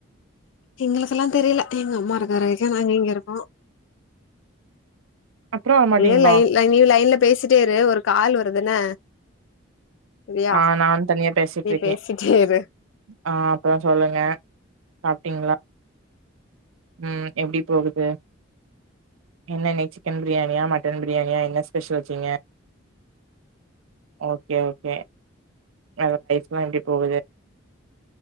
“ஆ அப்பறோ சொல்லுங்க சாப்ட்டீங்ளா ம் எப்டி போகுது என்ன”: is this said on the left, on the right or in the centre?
Right